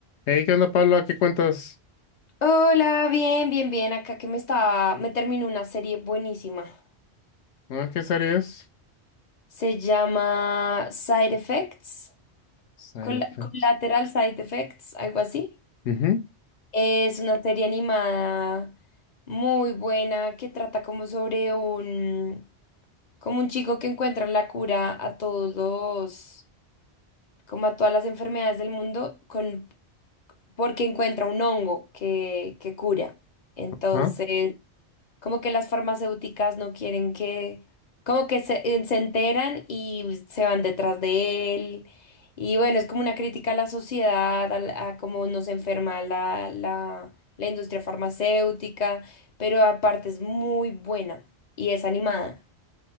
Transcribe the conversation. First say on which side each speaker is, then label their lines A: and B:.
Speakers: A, on the left; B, on the left.
A: Hey, ¿qué onda, Pablo? ¿A qué cuentas?
B: Hola, bien, bien, bien. Acá que me estaba, me terminó una serie buenísima.
A: ¿Ah, qué series?
B: Se llama Side Effects,
A: Side
B: Col-
A: effects.
B: Collateral Side Effects, algo así.
A: Ujú,
B: Es una serie animada muy buena que trata como sobre un, como un chico que encuentra la cura a todos los, como a todas las enfermedades del mundo, con, porque encuentra un hongo que, que cura. Entonces
A: Ah,
B: Como que las farmacéuticas no quieren que, como que se, eh, se enteran y se van detrás de él. Y bueno, es como una crítica a la sociedad, a, la- a cómo nos enferma la, la, la industria farmacéutica, pero aparte es muy buena y es animada.